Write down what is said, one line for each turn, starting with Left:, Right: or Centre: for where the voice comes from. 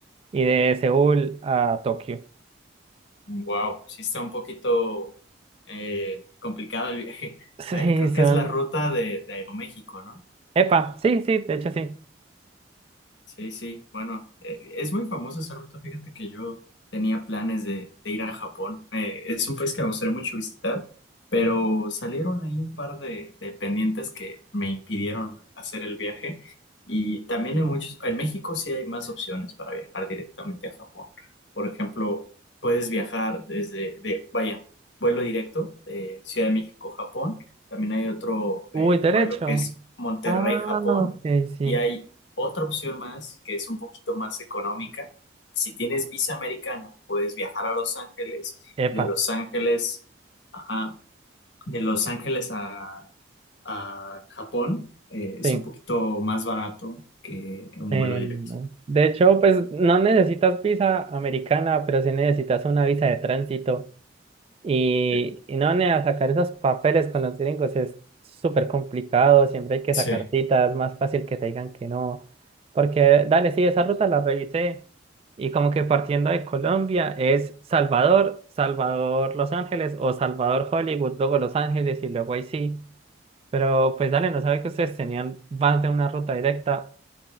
Right: y de Seúl a Tokio.
Left: Wow, sí está un poquito eh, complicado el viaje. <laughs>
Right: Sí,
Left: Eh, creo que
Right: son...
Left: es la ruta de, de Aeroméxico, ¿no?
Right: Epa, sí, sí, de hecho sí.
Left: Sí, sí, bueno, eh, es muy famosa esa ruta. Fíjate que yo tenía planes de, de ir a Japón. Eh, es un país que me gustaría mucho visitar, pero salieron ahí un par de, de pendientes que me impidieron hacer el viaje. Y también hay muchos, en México sí hay más opciones para viajar directamente a Japón. Por ejemplo, puedes viajar desde, de, vaya, vuelo directo de Ciudad de México, Japón. También hay otro
Right: Uy,
Left: eh,
Right: derecho.
Left: vuelo que es Monterrey,
Right: Ah,
Left: Japón.
Right: ok, sí.
Left: Y hay otra opción más, que es un poquito más económica, si tienes visa americana, puedes viajar a Los Ángeles
Right: Epa,
Left: y de Los Ángeles, ajá, de Los Ángeles a, a Japón, eh, es
Right: sí.
Left: un poquito más barato que un
Right: Eh,
Left: vuelo directo.
Right: de hecho, pues no necesitas visa americana, pero sí necesitas una visa de tránsito. Y,
Left: Eh,
Right: y no, nea, sacar esos papeles con los gringos es súper complicado. Siempre hay que
Left: Sí,
Right: sacar citas. Es más fácil que te digan que no. Porque, dale, sí, esa ruta la revisé. Y como que partiendo de Colombia es Salvador, Salvador Los Ángeles o Salvador Hollywood, luego Los Ángeles y luego ahí sí. Pero pues dale, no sabía que ustedes tenían más de una ruta directa,